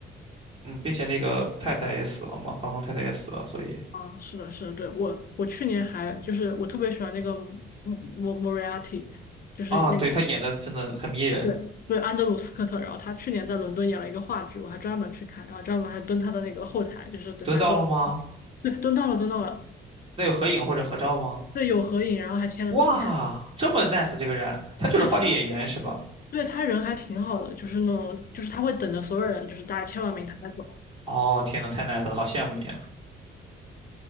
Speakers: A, on the right; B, on the left.
A: 嗯，并且那个太太也死了嘛，房东太太也死了，所以
B: 啊，是的，是的，对我我去年还就是我特别喜欢那个莫莫莫瑞亚蒂，就是那个
A: 啊，对他演的真的很迷人。
B: 对，对，安德鲁·斯科特，然后他去年在伦敦演了一个话剧，我还专门去看，然后专门还蹲他的那个后台，就是等他给我，
A: 蹲到了吗？
B: 对，蹲到了，蹲到了，
A: 那有合影或者合照吗？
B: 对，有合影，然后还签了名，
A: 哇，这么 nice 这个人，他就是话剧演员是吧？
B: <laughs> 对他，对他人还挺好的，就是那种，就是他会等着所有人，就是大家签完名他再走，
A: 哦，天呐，太 nice 了，好羡慕你啊！